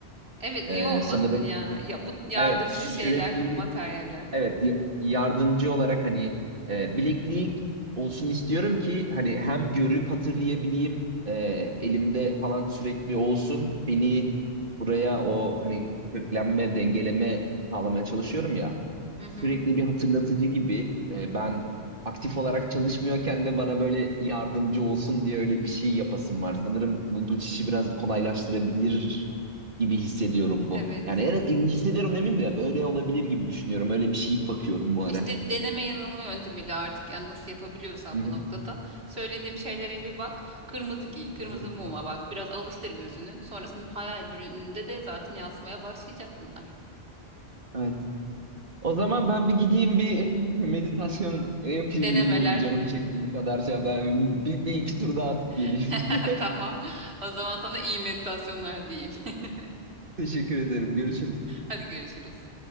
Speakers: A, on the right; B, on the right.
A: Evet niye
B: E,
A: olmasın
B: sanırım
A: ya? Ya bu yardımcı
B: evet sürekli
A: şeyler, materyaller.
B: Evet y- yardımcı olarak hani e, bileklik olsun istiyorum ki hani hem görüp hatırlayabileyim e, elimde falan sürekli olsun beni buraya o hani köklenme dengeleme sağlamaya çalışıyorum ya
A: Hı
B: sürekli
A: hı.
B: bir hatırlatıcı gibi e, ben aktif olarak çalışmıyorken de bana böyle yardımcı olsun diye öyle bir şey yapasım var sanırım bu geçişi biraz kolaylaştırabilir gibi hissediyorum bu.
A: Evet.
B: Yani en, en- hissediyorum demeyeyim de böyle olabilir gibi düşünüyorum. Öyle bir şey bakıyorum bu ara.
A: İşte deneme yanılma yöntemiyle artık yani nasıl yapabiliyorsan
B: Hı hı.
A: bu noktada söylediğim şeylere bir bak. Kırmızı giy, kırmızı
B: Hı hı.
A: muma bak. Biraz alıştır gözünü. Sonrasında hayal ürününde de zaten yansımaya başlayacak bunlar.
B: Evet. O zaman ben bir gideyim bir <laughs> meditasyon yapayım
A: Denemeler.
B: geleyim bir canım çekti bu kadar şey yaptım. Bir, bir iki tur daha atıp geleyim.
A: <laughs>
B: <laughs>
A: Tamam. O zaman sana iyi meditasyonlar diyeyim. <laughs>
B: Teşekkür ederim. Görüşürüz.
A: Hadi görüşürüz.